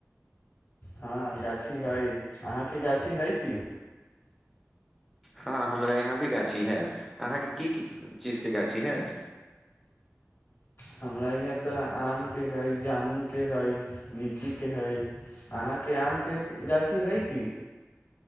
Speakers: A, on the left; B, in the centre.
A: हँ गाछी हइ अहाँके गाछी हइ की
B: हँ हमरा यहाँ भी गाछी हत अहाँके की की चीजके गाछी हत
A: हमरा यहाँ तऽ आमके हइ जामुनके हइ लीचीके हइ अहाँके आमके गाछी हइ की